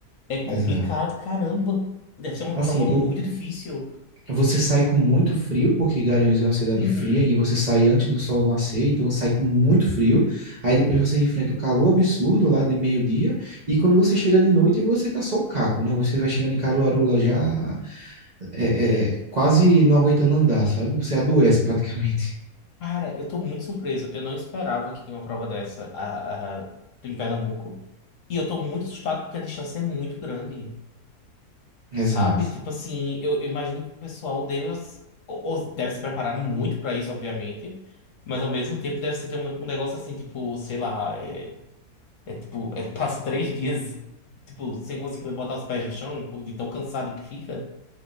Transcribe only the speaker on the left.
É complicado,
caramba. Deve ser uma
prova muito
difícil.
Uhum.
Cara, eu tô muito surpreso. Eu não esperava que tinha uma prova dessa a, a- em Pernambuco. E eu tô muito assustado porque a distância é muito grande.
Sabe? Tipo assim, eu, eu imagino que o pessoal deve, ou, ou deve se preparar muito pra isso, obviamente. Mas ao mesmo tempo deve ser ter um, um negócio assim, tipo, sei lá, é, é tipo, é, passa três dias, tipo, sem conseguir botar os pés no chão, de tão cansado que fica.